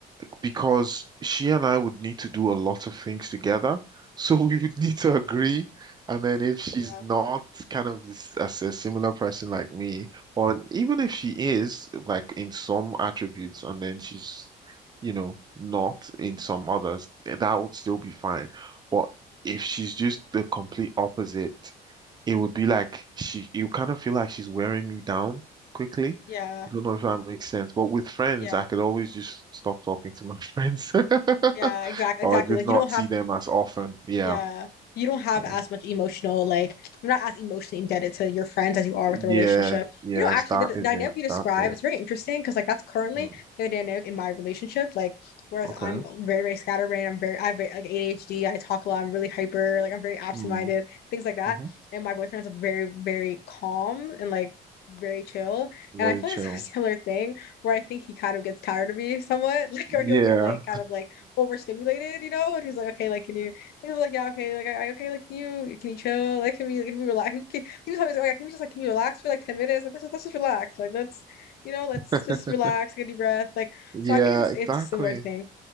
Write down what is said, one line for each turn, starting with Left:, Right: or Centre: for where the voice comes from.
Right: because she and I would need to do a lot of things together. <laughs> So we would need to agree. And then if she's
Left: Yeah.
Right: not kind of this, as a similar person like me, or even if she is like in some attributes and then she's, you know, not in some others, that would still be fine. But if she's just the complete opposite, it would be like she, you kind of feel like she's wearing me down quickly.
Left: Yeah.
Right: I don't know if that makes sense, but with friends,
Left: Yeah.
Right: I could always just stop talking to my <laughs> friends
Left: Yeah. Exactly.
Right: <laughs> or
Left: Exactly.
Right: just
Left: Like
Right: not
Left: you don't have
Right: see them as often. Yeah.
Left: Yeah. You don't have
Right: Mm.
Left: as much emotional, like, you're not as emotionally indebted to your friends as you are
Right: Yeah.
Left: with the relationship.
Right: Yes,
Left: You know, actually,
Right: that
Left: the, the
Right: is
Left: dynamic
Right: it.
Left: you describe
Right: That's it.
Left: is very interesting because, like, that's currently
Right: Mm.
Left: the dynamic in my relationship. Like, whereas
Right: Okay.
Left: I'm very, very scatterbrained, I'm very, I have very, like ADHD, I talk a lot, I'm really hyper, like, I'm very absent-minded,
Right: Mm.
Left: things like that.
Right: hmm
Left: And my boyfriend's very, very calm and, like, very chill.
Right: Very
Left: And I feel
Right: chill.
Left: like <laughs> it's a similar thing where I think he kind of gets tired of me somewhat, <laughs> like, or he'll
Right: Yeah.
Left: get, like, kind of, like, overstimulated, you know? And he's like, okay, like, can you he was like, yeah, okay, like, I, okay, like, can you, can you chill? Like, can we, like, can we relax? Can, he was always like, oh, yeah, can we just, like, can you relax for, like, 10 minutes? Like, let's just, let's just relax. Like, let's, you know, let's
Right: <laughs>
Left: just relax, get a deep breath. Like,
Right: Yeah,
Left: so I think it's
Right: exactly.
Left: a, it's a similar thing.